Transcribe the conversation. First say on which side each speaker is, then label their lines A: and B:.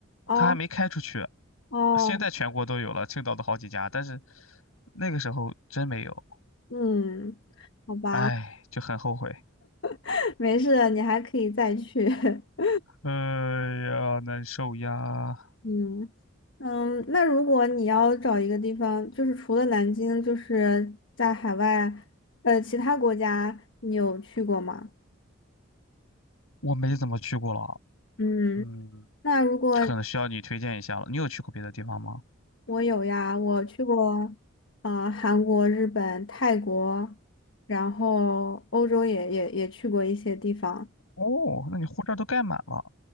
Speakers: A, on the left; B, on the left.
A: 哦
B: 它还没开出去。
A: 哦。
B: 现在全国都有了，青岛都好几家，但是那个时候真没有，
A: 嗯，好吧，
B: 哎，就很后悔。
A: <laughs> 没事的你还可以再去。<laughs>
B: 哎呀，难受呀！
A: 嗯嗯，那如果你要找一个地方，就是除了南京，就是在海外，呃，其他国家你有去过吗？
B: 我没怎么去过了，
A: 嗯，
B: 嗯，
A: 那如果
B: 可能需要你推荐一下了。你有去过别的地方吗？
A: 我有呀，我去过，呃，韩国、日本、泰国，然后欧洲也也也去过一些地方。
B: 哦，那你护照都盖满了。